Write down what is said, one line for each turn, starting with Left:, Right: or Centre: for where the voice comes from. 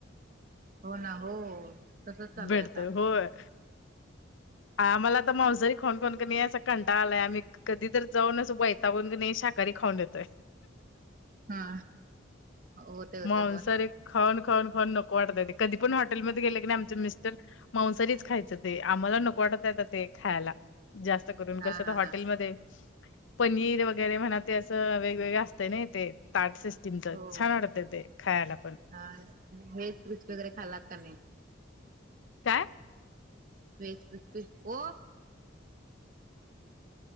Right: हो ना हो! तसच चालू
Left: भेटते
Right: आहे आता
Left: होय. हा आम्हाला तर मांसाहारी खाऊन खाऊन क नाही असं कंटाळा आलाय आम्ही कधीतरी जाऊन असं वैताकून कनई शाकाहारी खाऊन येतोय.
Right: हा. होते होते
Left: मांसाहारी.
Right: हो ना
Left: खाऊन खाऊन पण नको वाटतय ते कधी पण हॉटेलमध्ये गेले की आमचे मिस्टर मांसारीच खायचं ते आम्हाला नको वाटत येत ते खायला. जास्त करून कस
Right: हा
Left: तर
Right: हा
Left: हॉटेलमध्ये,
Right: हा
Left: पनीर वगैरे म्हणा ते असं वेगवेगळं असतं ना ते ताट सिस्टीमच.
Right: हो
Left: छान वाटत ते खायला पण
Right: हा हेच कृुच वगैरे खाल्लात का नाही
Left: काय
Right: वच हो